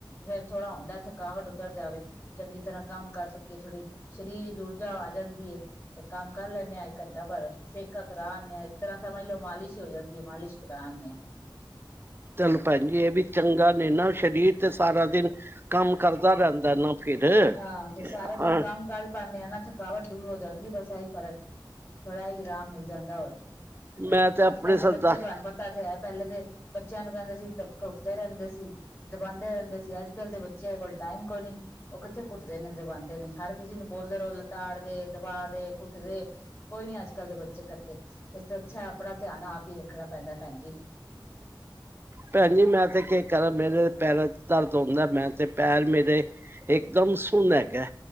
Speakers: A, on the left; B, on the right.
A: ਫੇਰ ਥੋੜਾ ਹੁੰਦਾ ਥਕਾਵਟ ਉਤਰ ਜਾਵੇ ਚੰਗੀ ਤਰ੍ਹਾਂ ਕੰਮ ਕਰ ਸਕੀਏ, ਥੋੜੀ ਸਰੀਰ ਦੀ ਊਰਜਾ ਆ ਜਾ ਜਾਂਦੀ ਏ ਤੇ ਕੰਮ ਕਰ ਲੈਂਦੇ ਹਾਂ, ਇੱਕ ਘੰਟਾ ਬਰ ਸੇਕਾ ਕਰਾਉਂਦੇ ਹਾਂ ਇੱਕ ਤਰ੍ਹਾਂ ਸਮਝ ਲੋਓ ਮਾਲਿਸ਼ ਹੀ ਹੋ ਜਾਂਦੀ ਹੈ, ਮਾਲਿਸ਼ ਕਰਾਉਂਦੇ ਹਾਂ।
B: ਚਲੋ ਭੈਣ ਜੀ ਇਹ ਵੀ ਚੰਗਾ ਨੇ ਨਾ ਸਰੀਰ ਤੇ ਸਾਰਾ ਦਿਨ ਕੰਮ ਕਰਦਾ ਰਹਿੰਦਾ ਨਾ ਫਿਰ
A: ਹਾਂ ਫਿਰ ਸਾਰਾ ਦਿਨ
B: ਹਾਂ
A: ਕੰਮ ਕਰ ਪਾਉਂਦੇ ਆ ਨਾ ਥਕਾਵਟ ਦੂਰ ਹੋ ਜਾਂਦੀ ਬਸ ਇਹੀ ਫਰਕ ਪਰ ਏ ਹੀ ਆਰਾਮ ਮਿਲ ਜਾਂਦਾ ਹੋਰ
B: ਮੈਂ ਤੇ ਆਪਣੇ
A: ਅੱਜ ਕੱਲ੍ਹ ਦੇ
B: ਸਰਦਾਰ
A: ਬੱਚੇ ਤੁਹਾਨੂੰ ਪਤਾ ਤਾ ਤੇ ਹੈ ਪਹਿਲੇ ਦੇ ਬੱਚਿਆਂ ਨੂੰ ਕਹਿੰਦੇ ਸੀ, ਦ ਘੁੱਟਦੇ ਰਹਿੰਦੇ ਸੀ ਦਬਾਉਂਦੇ ਰਹਿੰਦੇ ਸੀ, ਅੱਜ-ਕੱਲ੍ਹ ਦੇ ਕਿਸੇ ਕੋਲ ਟਾਈਮ ਕੋਈ ਨੀ ਉਹ ਕਿੱਥੇ ਘੁੱਟਦੇ ਨੇ ਦਬਉਂਦੇ ਨੇ ਹਰ ਕਿਸੇ ਨੂੰ ਬੋਲਦੇ ਰਹੋ, ਲਤਾੜ ਦੇ ਦਬਾ ਦੇ ਕੁੱਟਦੇ ਕੋਈ ਨੀ ਅੱਜ-ਕੱਲ ਦੇ ਬੱਚੇ ਕਰਦੇ, ਇਸ ਤੋਂ ਅੱਛਾ ਆਪਣਾ ਧਿਆਨ ਆਪ ਹੀ ਰੱਖਣਾ ਪੈਂਦਾ ਭੈਣ ਜੀ।
B: ਭੈਣ ਜੀ ਮੈਂ ਤੇ ਕੀ ਕਰਾਂ ਮੇਰੇ ਪੈਰਾਂ ਦਰਦ ਹੁੰਂਦਾ ਮੈਂ ਤੇ ਪੈਰ ਮੇਰੇ ਇੱਕਦਮ ਸੁਨ ਹੇਗਾ।